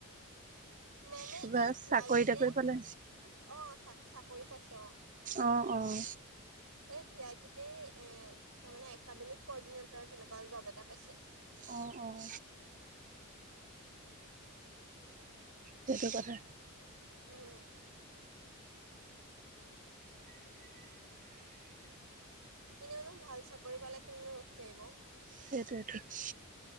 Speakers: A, on the right (about 85°); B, on the right (about 35°).
A: মেমে
B: কিবা
A: এই ভি
B: চাকৰি
A: আই পিতে,
B: তাকৰি পালে
A: অঁ চা চাকৰি পাইছে। অঁ
B: অঁ, অঁ
A: এই ভি আই পিতে, এ তাৰ মানে একাডেমিক কৰ্ডিনেটৰ, তেনেকুৱা জব এটা পাইছে।
B: অঁ, অঁ সেইটো কথা।
A: উম এনেওনো ভাল চাকৰি পালে কুনেনো ৰখি থাকিব
B: সেইটোৱে টো